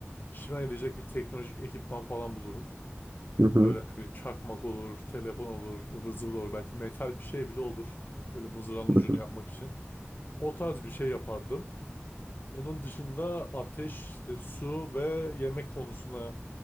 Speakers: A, on the left (about 45°); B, on the right (about 60°).
A: işime yarayacak bir teknolojik ekipman falan bulurum. E,
B: Hı hı,
A: Böyle ne bileyim çakmak olur, telefon olur, ıvır zıvır olur. Belki metal bir şey bile olur. Böyle mızrağın ucunu
B: hı hı,
A: yapmak için. O tarz bir şey yapardım. Onun dışında ateş, işte su ve yemek konusuna